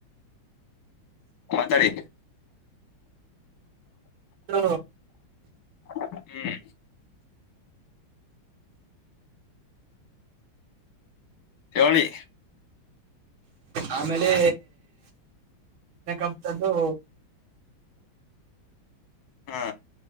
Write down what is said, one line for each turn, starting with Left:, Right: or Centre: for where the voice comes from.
Left: ಮಾತಾಡಿ
Right: ಹ
Left: ಹ್ಮ್ ಚೋಳಿ
Right: ಆಮೇಲೆ ಕಪ್ ತಂದು
Left: ಹಾ